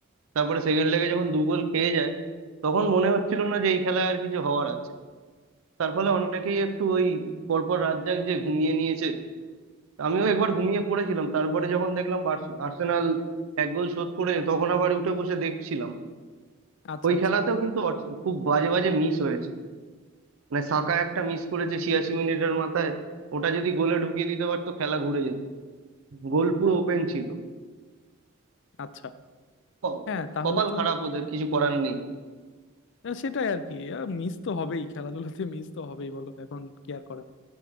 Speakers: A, on the right; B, on the left.
A: তারপরে সেকেন্ড লেগে যখন দু গোল খেয়ে যায় তখন মনে হচ্ছিল না যে এই খেলায় আর কিছু হওয়ার আছে তার ফলে অনেকেই একটু ওই পরপর রাত জাগিয়ে ঘুমিয়ে নিয়েছে আমিও একবার ঘুমিয়ে পড়েছিলাম তারপরে যখন দেখলাম বার্স- আর্সেনাল এক গোল শোধ করেছে তখন আবার উঠে বসে দেখছিলাম
B: আচ্ছা
A: ওই
B: আচ্ছা
A: খেলাতেও কিন্তু আর্স- খুব বাজে বাজে মিস হয়েছে মানে সাকা একটা মিস করেছে ছিয়াশি মিনিটের মাথায় ওটা যদি গোলে ঢুকিয়ে দিতে পারতো খেলা ঘুরে যেত গোল পুরো ওপেন ছিল
B: আচ্ছা
A: ক-
B: হ্যাঁ তাহলে
A: কপাল
B: তো
A: খারাপ ওদের কিছু করার নেই
B: আহ, সেটাই আর কি মিস তো হবেই খেলাধুলাতে মিস তো হবেই বলো এখন কি আর করার